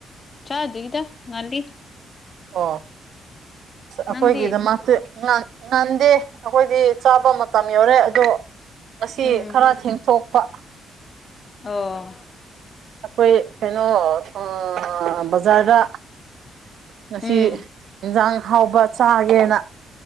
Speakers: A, on the left (about 40°); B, on the right (about 70°).
A: ꯆꯥꯗ꯭ꯔꯤꯗ ꯉꯜꯂꯤ
B: ꯑꯣ ꯑꯈꯣꯏꯒꯤꯗꯃꯛꯇꯤ
A: ꯅꯪꯗꯤ
B: ꯉꯥꯟ ꯉꯥꯟꯗꯦ ꯑꯩꯈꯣꯏꯗꯤ ꯆꯥꯕ ꯃꯇꯝ ꯌꯧꯔꯦ ꯑꯗꯣ ꯉꯁꯤ
A: ꯎꯝ
B: ꯈꯔ ꯊꯦꯡꯊꯣꯛꯄ
A: ꯑꯣ
B: ꯑꯩꯈꯣꯏ ꯀꯩꯅꯣ ꯑꯥ ꯕꯖꯥꯔꯗ ꯉꯁꯤ
A: ꯎꯝ
B: ꯏꯟꯁꯥꯡ ꯍꯥꯎꯕ ꯆꯥꯒꯦꯅ